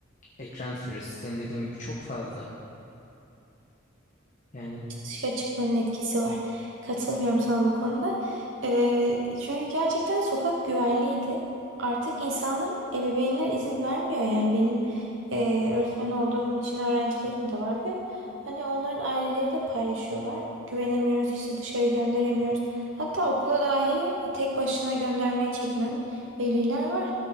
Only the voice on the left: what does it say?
ekran süresi senin dediğin gibi çok fazla. Yani